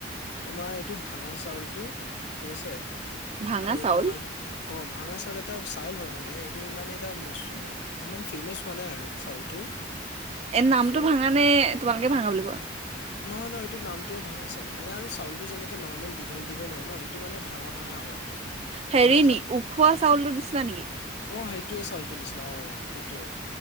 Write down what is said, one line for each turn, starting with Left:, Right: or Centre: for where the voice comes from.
Left: তোমাৰ এইটো ভাঙা চাউলটো ঠিক আছে
Right: ভাঙা
Left: আৰু
Right: চাউল?
Left: তোমাৰ অহ, ভাঙা চাউল এটা চাউল হয় মানে এইটো ইমান এটা ইমান ফেমাচ হোৱা নাই আৰু চাউলটো।
Right: এ নামটো
Left: ছো।
Right: ভাঙা নে তোমালোকে ভাঙা বুলি কোৱা?
Left: নহয় - নহয়, এইটো নামটোৱে ভাঙা চাউল। মানে আৰু চাউলটো যেনেকে নৰ্মেল দীঘল - দীঘল হয় ন'? এইটো মানে ভাঙা - ভাঙা হয়।
Right: হেৰি
Left: গম পাইছা?
Right: নি উখোৱা চাউলটো দিছিলা নেকি?
Left: অহ সেইটোয়ে চাউলটোৰ নিচিনা অহ সেইটো টোৱে।